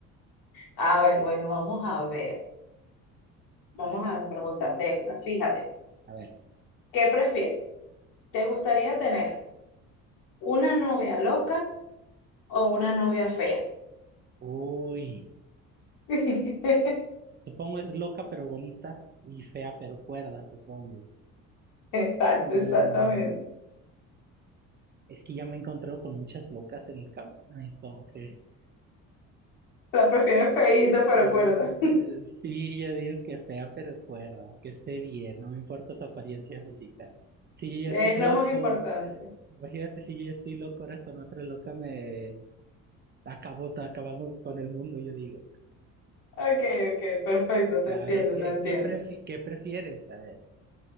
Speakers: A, on the left; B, on the right.
A: A ver, bueno, vamos a ver, vamos a preguntarte esta, fíjate,
B: A ver,
A: ¿qué prefieres? ¿Te gustaría tener una novia loca o una novia fea?
B: uy,
A: <laughs>
B: supongo es loca pero bonita y fea pero cuerda, supongo.
A: Exacto,
B: Ah,
A: exactamente.
B: Es que ya me he encontrado con muchas locas en el camino, y como que
A: La prefiero feíta, pero
B: Eh,
A: cuerda.
B: sí, yo digo que fea, pero cuerda, que esté bien, no me importa su apariencia física. Si
A: <laughs>
B: yo
A: Es
B: ya estoy loco,
A: lo más importante.
B: imagínate si yo ya estoy loco, ahora con otra loca me acabó, te acabamos con el mundo, yo digo.
A: Ok, ok, perfecto, te
B: A
A: entiendo,
B: ver, ¿qué,
A: te entiendo.
B: qué, prefi- qué prefieres? A ver,